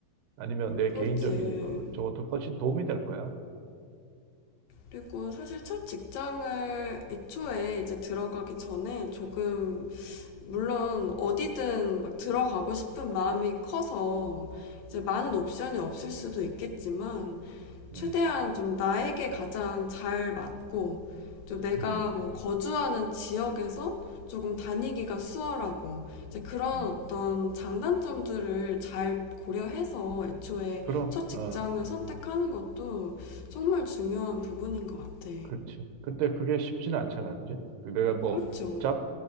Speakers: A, on the right; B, on the left.
A: 아니면 내
B: 그렇지.
A: 개인적인 그 저것도 훨씬 도움이 될 거야.
B: 그리고 사실 첫 직장을 애초에 이제 들어가기 전에 조금 물론 어디든 막 들어가고 싶은 마음이 커서 이제 많은 옵션이 없을 수도 있겠지만 최대한
A: 음,
B: 좀 나에게 가장 잘 맞고 좀 내가
A: 음,
B: 뭐 거주하는 지역에서 조금 다니기가 수월하고 이제 그런
A: 음.
B: 어떤 장단점들을 잘 고려해서 애초에
A: 그럼,
B: 첫 직장을
A: 어,
B: 선택하는 것도 정말 중요한 부분인 것 같아.
A: 그렇지. 근데 그게 쉽지는 않잖아, 그지? 그 내가 뭐,
B: 그렇죠.
A: 잡,